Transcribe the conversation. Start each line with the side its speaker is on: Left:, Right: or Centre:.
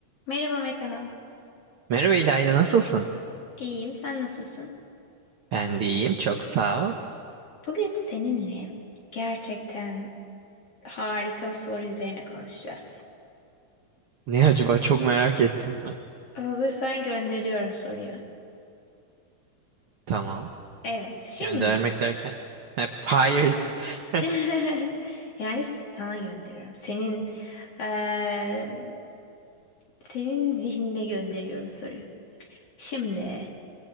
Left: Merhaba Metehan.
Right: Merhaba İlayda, nasılsın?
Left: İyiyim, sen nasılsın?
Right: Ben de iyiyim, çok sağ ol.
Left: Bugün seninle gerçekten harika bir soru üzerine konuşacağız.
Right: Ne acaba çok merak ettim. Ha,
Left: Hazırsan gönderiyorum soruyu.
Right: Tamam.
Left: Evet, şimdi.
Right: Göndermek derken? Ha, fired. <laughs>
Left: <laughs> Yani sana gönderiyorum. Senin eee, senin zihnine gönderiyorum soruyu. Şimdi